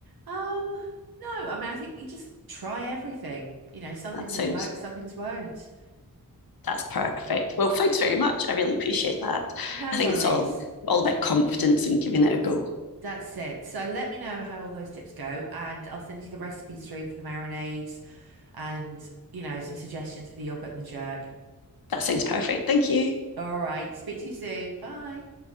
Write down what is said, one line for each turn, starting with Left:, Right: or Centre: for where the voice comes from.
Right: Um, no, I mean I think you just try everything. You know, some
Left: That
Right: things
Left: sounds
Right: will work, some things won't.
Left: that's perfect. Well, thanks very much. I really appreciate that.
Right: No
Left: I think
Right: worries.
Left: it's all all about confidence and giving it a go.
Right: That's it. So let me know how all those tips go, and I'll send you the recipes through for the marinades and, you know, some suggestions for the yogurt and the jerk.
Left: That sounds perfect. Thank you.
Right: All right. Speak to you soon. Bye.